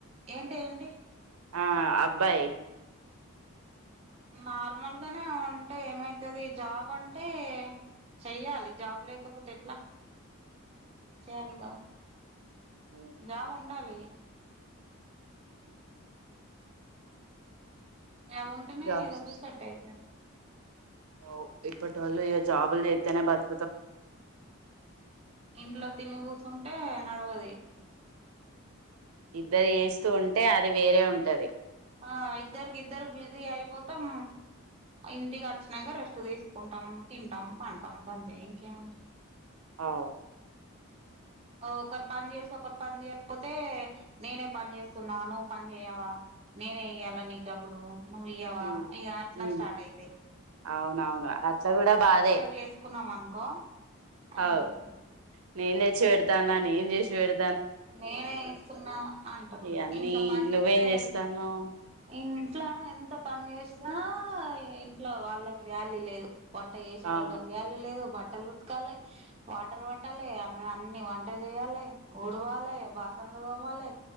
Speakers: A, on the right; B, on the right.
A: ఏంటి ఏంటి
B: ఆ అబ్బాయి
A: నార్మల్గానే ఉంటే ఏమైతది జాబ్ అంటే చెయ్యాలి జాబ్ లేకపోతే ఎట్లా చేయాలి కద
B: ఉమ్.
A: జాబ్ ఉండాలి
B: అ
A: జాబ్ ఉంటేనే
B: జాబ్స్
A: ఏదో ఒకటి సెట్ అయితది
B: ఓ ఇప్పటోళ్ళు ఇగ జాబ్ల్ జెతేనే బత్
A: ఇంట్లో తిని కూసుంటే నడువది
B: ఇద్దరు చెస్తూ ఉంటే అది వేరే ఉంటది
A: ఆ ఇద్దరికి ఇద్దరు బిజీ అయిపోతాం ఇంటికి వచ్చినాక రెస్ట్ తీసుకుంటాం తింటాం పంటాం గంతే ఇంకేముంట
B: అవు
A: ఒకరు పని చేసి ఒకరు పని చేయకపోతే నేనే పని చేస్తున్నా నువ్వు పని చేయవా నేనేఇయ్యాలని డబ్బులు నువ్ ఇయ్యవా
B: ఉమ్
A: ఇగ అట్లా
B: ఉమ్
A: స్టార్ట్ అయితయ్
B: అవునవును అట్ల కూడా బాధే
A: చేసుకున్నాం అనుకో అయిపోతది
B: అవు నేను తెచ్చి పెడతా నా నేను చేసి పెడ్
A: నేనే చెస్తున్నా అంటారు
B: ఇవన్నీ
A: ఇంట్లో పని
B: నువ్వేం
A: చేస్తే
B: చేస్తాన్నావ్
A: ఇంట్లో ఎంత పని చేసినా ఇంట్లో వాళ్ళకి వ్యాల్యూ లేదు వంట వసేటోళ్లకు
B: అవును
A: వ్యాల్యూ లేదు బట్ ట్టలు ఉతకాలే వాటర్ పట్టాలే అ అన్ని వ ట చెయ్యాలె ఉడువ లే బాసడ్లు తోమాలే